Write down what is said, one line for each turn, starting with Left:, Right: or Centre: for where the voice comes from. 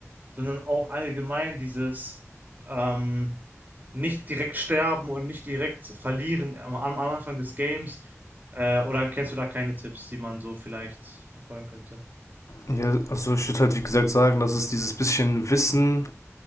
Right: sondern auch allgemein dieses ähm, nicht direkt sterben und nicht direkt verlieren am, am Anfang des Games äh, oder kennst du da keine Tipps, die man so vielleicht verfolgen könnte?
Left: Ja, also ich würde halt wie gesagt sagen, dass es dieses bisschen Wissen,